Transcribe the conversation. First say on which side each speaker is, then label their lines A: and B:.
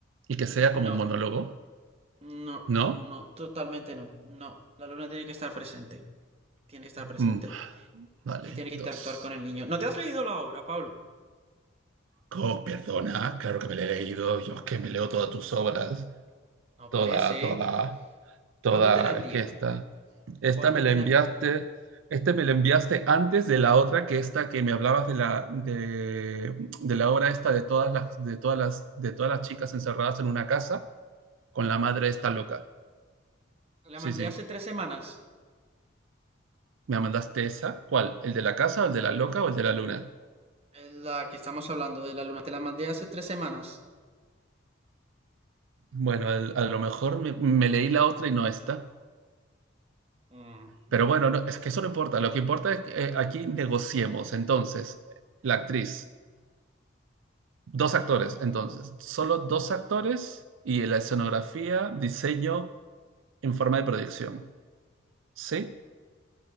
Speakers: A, on the right (about 75°); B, on the right (about 30°).
A: y que sea
B: no,
A: como un monólogo,
B: no,
A: ¿no?
B: no, totalmente no, no. La luna tiene que estar presente. tiene que estar presente
A: Mm, vale,
B: y tiene que
A: dos.
B: interactuar con el niño. ¿No te has leído la obra, Pablo?
A: Oh, perdona, claro que me la he leído, yo es que me leo
B: Pues
A: todas
B: no,
A: tus obras,
B: no
A: toda,
B: parece.
A: toda. toda,
B: ¿Cuándo te la envié?
A: es que esta, esta
B: ¿Cuándo
A: me la
B: te la
A: enviaste,
B: envié?
A: este me la enviaste antes de la otra que esta que me hablabas de la, de, de la obra esta de todas, las, de, todas las, de todas las chicas encerradas en una casa con la madre esta loca.
B: Te La
A: Sí,
B: mandé
A: sí.
B: hace tres semanas.
A: ¿Me mandaste esa? ¿Cuál? ¿El de la casa, o el de la loca o el de la luna?
B: Es la que estamos hablando de la luna. Te la mandé hace tres semanas.
A: Bueno, el- a lo mejor me, me leí la otra y no esta.
B: Mm,
A: Pero bueno, no,
B: pues,
A: es que eso no importa. Lo que importa es que eh, aquí negociemos. Entonces, la actriz Dos actores, entonces. Solo dos actores y la escenografía, diseño en forma de proyección. ¿Sí?